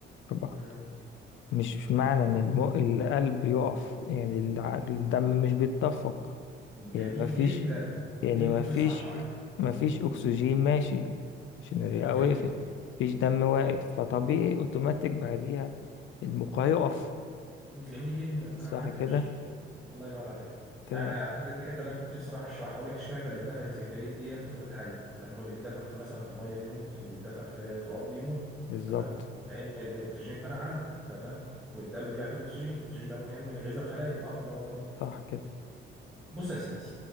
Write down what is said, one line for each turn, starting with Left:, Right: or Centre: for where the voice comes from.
Left: في بعض
Centre: مم.
Left: مش مش معنى ان الم... القلب يقف يعني الع- الدم مش بيتدفق
Centre: جميل
Left: يعني ما فيش
Centre: جدا
Left: يعني
Centre: دي اللي
Left: ما
Centre: كنت
Left: فيش
Centre: لسه هشرحها
Left: ما فيش اكسجين ماشي عشان الرئة
Centre: جميل
Left: وقفت
Centre: جدا
Left: مفيش دم واقف فطبيعي اوتوماتيك بعديها المخ هيقف
Centre: جميل جدا
Left: صح
Centre: انا معاك
Left: كده
Centre: يا باشا الله ينور عليك
Left: تمام
Centre: انا على فكره دي الحته اللي انا كنت لسه رايح اشرحها اقول لك اشمعنى اللي اتدفنت في الجليد ديت فضلت حيه طب ما هو اللي بيتدفن في مثلا في ميه بيموت اللي بيتدفن في تراب بيموت
Left: بالظبط
Centre: تمام لان الاكسجين اتمنع عنه تمام والدم بيحمل الاكسجين الاكسجين ده مهم لغذاء الخلايا صح ولا أنا غلطان
Left: صح كده
Centre: بص يا سيدي